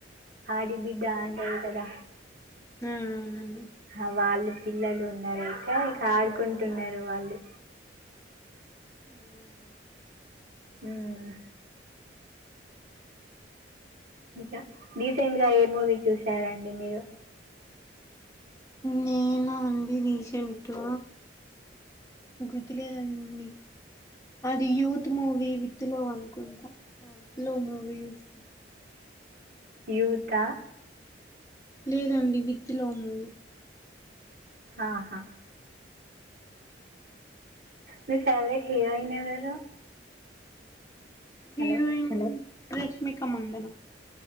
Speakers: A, on the right; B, on the left.
A: ఆడి బిడ్డ అంటరు కదా
B: ఆ అవునండి
A: హ వాళ్ళు పిల్లలు ఉన్నారు అయితే ఇక ఆడుకుంటున్నారు వాళ్ళు
B: అవున అండి
A: మ్ ఇంకా డీసెంట్గా ఏ మూవీ చూసారండి మీరు
B: నేన అండి రీసెంట్గ గుర్తులేదండి అది యూత్ మూవీ విత్ లవ్ అనుకుంటా ఆ విత్ లవ్ మూవీ చూసన్
A: యుత
B: లేదండి విత్ లవ్ మూవి
A: ఆహా మీ ఫేవరెట్ హీరోయిన్ ఎవరు
B: హీరోయిన్
A: హలో
B: రష్మిక మందన